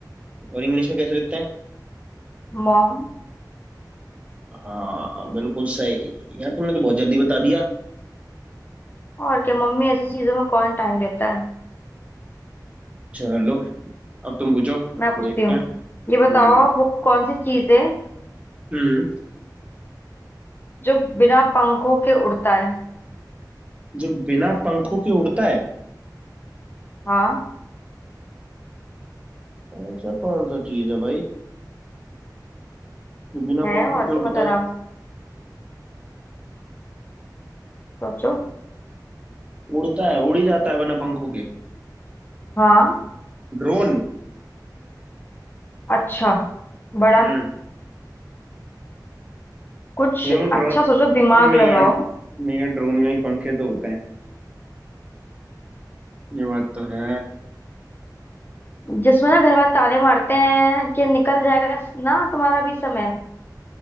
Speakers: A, on the right; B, on the left.
A: और इंग्लिश में कैसे लिखते हैं
B: मॉम
A: हाँ बिल्कुल सही यार तुमने तो बहुत जल्दी बता दिया
B: और क्या मम्मी ऐसी चीजों में कौन टाइम देता है
A: चलो अब तुम पूछो
B: मैं पूछती
A: देखते
B: हूँ
A: हैं
B: ये बताओ
A: हम्म
B: वो कौन सी चीज है
A: हम्म
B: जो बिना पंखों के उड़ता है
A: जो बिना पंखों के उड़ता है
B: हाँ
A: ऐसा कौन सा चीज है भाई जो बिना
B: है
A: पंखों
B: और
A: के
B: क्या
A: उड़ता
B: पता आराम
A: है
B: से सोचो
A: उड़ता है उड़ी जाता है बिना पंखों के
B: हाँ
A: ड्रोन
B: अच्छा बड़ा
A: हम्म
B: कुछ
A: क्यों ड्रोन
B: अच्छा सोचो दिमाग
A: हम नहीं
B: लगाओ
A: यार नहीं यार ड्रोन में ही पंखे तो होते हैं ये बात तो है
B: जिसमें ना घर वाले ताने मारते हैं कि निकल जाएगा ना तुम्हारा भी समय